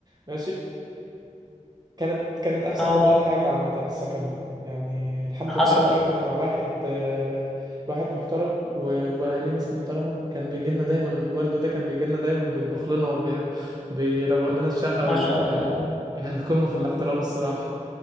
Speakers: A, on the right; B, in the centre.
A: ماشي كانت كانت احسن
B: اه
A: فترات حياتي عامه السكن ده يعني الحمد
B: حصل
A: لله وقعت مع واحد آه، واحد محترم و- واهاليه ناس محترمه كان بيجي لنا دايما والده ده كان بيجي لنا دايما بيطبخ لنا وبيروق لنا الشقه
B: ما
A: ويعني
B: شاء الله
A: يعني قمه في الاحترام الصراحه